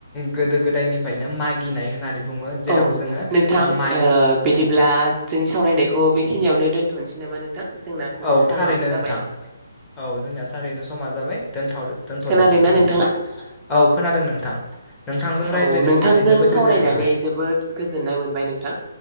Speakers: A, on the left (about 15°); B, on the right (about 25°).
A: गोदो गोदायनिफ्रायनो मागिनाय होननानै बुङो जेराव
B: औ
A: जोङो
B: नोंथां
A: माइ
B: ओ बिदिब्ला जोंनि सावरायनायखौ बेखिनियावनो दोनथ'नोसै नामा नोंथां? जोंनाथ'
A: औ
B: समाबो
A: थारैनो
B: जाबाय
A: नोंथां औ जोंनिया थारैनो समा जाबाय। दोनथ दोनथ'
B: खोनादोंना
A: जासिगोन
B: नोंथाङा
A: नोंथां औ खोनादों नोंथां। नोंथांजों रायज्लायनो
B: औ नोंथांजों
A: मोननानै जोबोद
B: सावरायनानै
A: गोजोननाय मोनबाय
B: जोबोद गोजोननाय मोनबाय नोंथां।